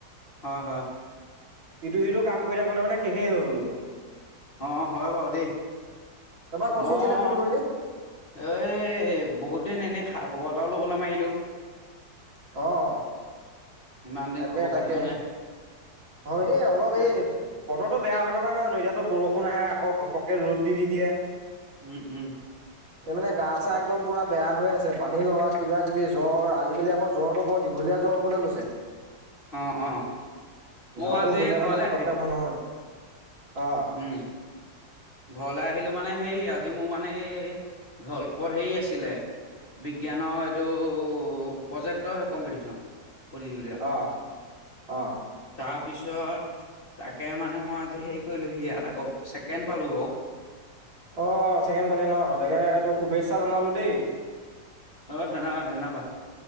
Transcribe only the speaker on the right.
ইটো-সিটো কাম কৰি থাকোতে মানে শেষেই হৈ গ'লগে।
তাৰপৰা কচোন
কেলে ফোন কৰিলি?
অ'।
তাকে
তাকে
অ', এই অলপ
এই বতৰটো বেয়া হৈ থকা নাই জানো এতিয়াতো বৰষুণ আহে আকৌ ঘপকৈ ৰ'দ দি দি দিয়ে।
এই মানে গা-চা একদম পুৰা বেয়া হৈ আছে, পানী লগা কিবা কিবি জ্বৰ আজিকালি আকৌ জ্বৰটো বৰ দীঘলীয়া জ্বৰ হ'বলৈ লৈছে।
জ্বৰটো
হলে
মানে
পতককে
ভাল নহয়। অ'।
অ অ',
অ', চেকেণ্ড পালি ন', তাকে এই টো শুভেচ্ছা জনালো দেই।